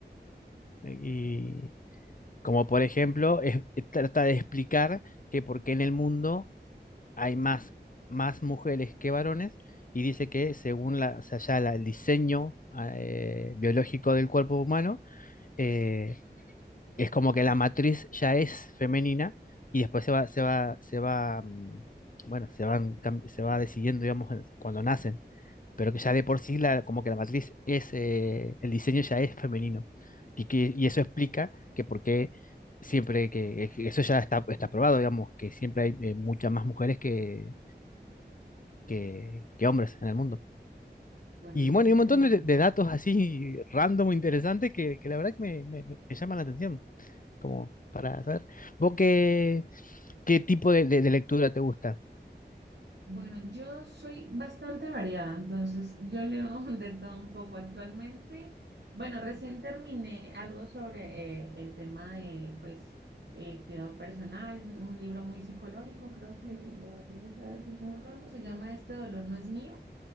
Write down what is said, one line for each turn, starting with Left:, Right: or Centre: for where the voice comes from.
Left: Eh, Y como por ejemplo, es- trata de explicar que por qué en el mundo hay más, más mujeres que varones, y dice que según la, o sea, ya la- el diseño ah, eh, biológico del cuerpo humano, eh, es como que la matriz ya es femenina y después se va, se va, se va, mm, bueno, se van, cam- se va decidiendo, digamos, en- cuando nacen, pero que ya de por sí, la, como que la matriz es, eh, el diseño ya es femenino. Y, que, y eso explica que por qué siempre que, que eso ya está, está probado, digamos, que siempre hay eh, muchas más mujeres que, que, que hombres en el mundo.
Right: Bueno,
Left: Y
Right: muy
Left: bueno,
Right: interesante.
Left: y un montón de, de datos así random, interesantes, que, que la verdad que me, me me- me llaman la atención como para saber. ¿Vos qué, qué tipo de, de- de lectura te gusta?
Right: Bueno, yo soy bastante variada, entonces yo leo <laughs> de todo un poco actualmente. Bueno, recién terminé algo sobre eh, el tema de, pues, eh, cuidado personal, un libro muy psicológico, creo que lo tienes que haber escuchado de pronto, se llama Este dolor no es mío